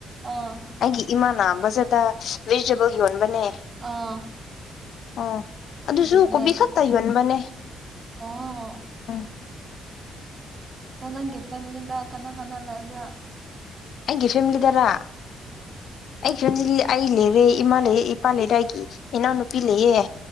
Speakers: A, on the right; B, on the left.
A: ꯑꯥ
B: ꯑꯩꯒꯤ ꯏꯃꯥꯅ ꯕꯖꯥꯔꯗ ꯚꯦꯖꯤꯇꯦꯕꯜ ꯌꯣꯟꯕꯅꯦ
A: ꯑꯥ
B: ꯑꯣ ꯑꯗꯨꯁꯨ
A: ꯕꯤꯖꯤꯅꯦꯁ
B: ꯀꯣꯕꯤ ꯈꯛꯇ ꯌꯣꯟꯕꯅꯦ
A: ꯑꯣ
B: ꯎꯝ
A: ꯑꯣ ꯅꯪꯒꯤ ꯐꯦꯃꯤꯂꯤꯗ ꯀꯅꯥ ꯀꯅꯥ ꯂꯩꯏꯕ꯭ꯔ
B: ꯑꯩꯒꯤ ꯐꯦꯃꯤꯂꯤꯗꯔ ꯑꯩ ꯐꯤꯃꯤꯂꯤ ꯑꯩ ꯂꯩꯔꯦ ꯏꯃꯥ ꯂꯩꯔꯦ ꯏꯄꯥ ꯂꯩꯔꯦ ꯑꯩꯒꯤ ꯏꯅꯥꯎ ꯅꯨꯄꯤ ꯂꯩꯌꯦ